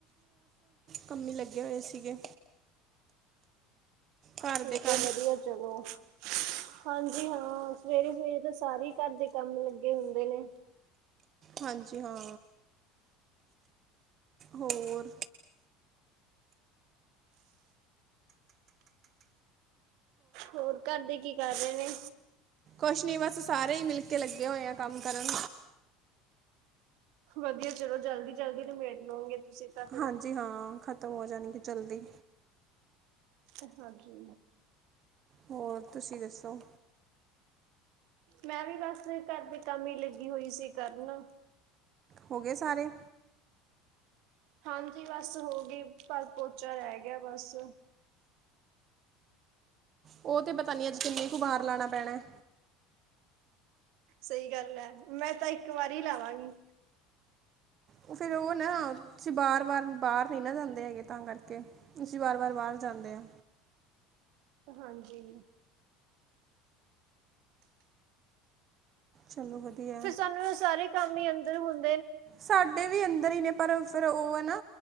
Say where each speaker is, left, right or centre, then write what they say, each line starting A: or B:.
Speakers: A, on the right; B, on the right.
A: ਕੰਮੀ ਲੱਗੇ ਹੋਏ ਸੀਗੇ ਘਰ
B: ਠੀਕ
A: ਦੇ ਕੰਮ
B: ਹੈ ਵਧੀਆ ਚਲੋ ਹਾਂਜੀ ਹਾਂ ਸਵੇਰੇ ਸਵੇਰੇ ਤਾਂ ਸਾਰੇ ਘਰ ਦੇ ਕੰਮ ਲੱਗੇ ਹੁੰਦੇ ਨੇ
A: ਹਾਂਜੀ ਹਾਂ ਹੋਰ
B: ਹੋਰ ਘਰਦੇ ਕੀ ਕਰ ਰਹੇ ਨੇ
A: ਕੁਛ ਨ ਬਸ ਸਾਰੇ ਹੀ ਮਿਲ ਕੇ ਲੱਗੇ ਹੋਏ ਆ ਕੰਮ ਕਰਨ
B: ਵਧੀਆ ਚਲੋ ਜਲਦੀ-ਜਲਦੀ ਨਮੇਟ ਲਓਗੇ ਤੁਸੀਂ ਤਾਂ ਫਿਰ।
A: ਹਾਂਜੀ ਹਾਂ ਖਤਮ ਹੋ ਜਾਣਗੇ ਜਲਦੀ
B: ਤੇ ਹਾਂਜੀ
A: ਹੋਰ ਤੁਸੀਂ ਦੱਸੋ
B: ਮੈਂ ਵੀ ਬਸ ਘਰ ਦੀ ਕਮੀ ਲੱਗੀ ਹੋਈ ਸੀ ਕਰਨ
A: ਹੋ ਗਏ ਸਾਰੇ
B: ਹਾਂਜੀ ਬਸ ਹੋ ਗਈ ਪਰ ਪੋਚਾ ਰਹਿ ਗਿਆ ਬਸ
A: ਉਹ ਤੇ ਪਤਾ ਨੀ ਅੱਜ ਕਿੰਨੇ ਕ ਵਾਰ ਲਾਉਣਾ ਪੈਣਾ ਹੈ
B: ਸਹੀ ਗੱਲ ਹੈ ਮੈਂ ਤਾਂ ਇੱਕ ਵਾਰੀ ਲਾਵਾਂਗੀ
A: ਉਹ ਫੇਰ ਉਹ ਨਾ ਤੁਂ ਬਾਰ-ਵਾਰ ਬਾਹਰ ਨੀ ਨਾ ਜਾਂਦੇ ਹੈਗੇ ਤਾਂ ਕਰਕੇ ਅਸੀਂ ਵਾਰ-ਵਾਰ ਬਾਹਰ ਜਾਂਦੇ ਆ
B: ਹਾਂਜੀ
A: ਚੱਲੋ ਵਧੀਆ
B: ਫਿਰ ਸਾਨੂੰ ਇਹ ਸਾਰੇ ਕੰਮ ਹੀ ਅੰਦਰ ਹੁੰ
A: ਸਾਡੇ ਵੀ ਅੰਦਰ ਹੀ ਨੇ ਪਰ ਫਿਰ ਉਹ ਹੈ ਨਾ